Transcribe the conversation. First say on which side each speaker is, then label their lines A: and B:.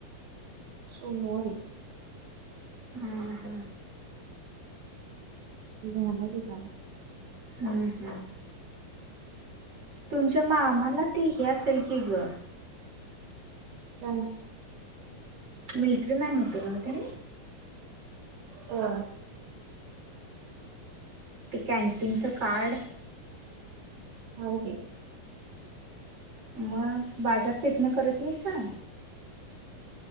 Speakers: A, on the right; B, on the right.
A: सोमवारी
B: हम हा
A: झाला की काल
B: हम् हम् तुमच्या मामाला ते हे असेल की ग
A: काय
B: मिलिटरी मॅन होतो ना त्याने
A: हा
B: ते कॅन्टीनचं कार्ड
A: हाय की.
B: मग बाजार तिथनं करत नाही सां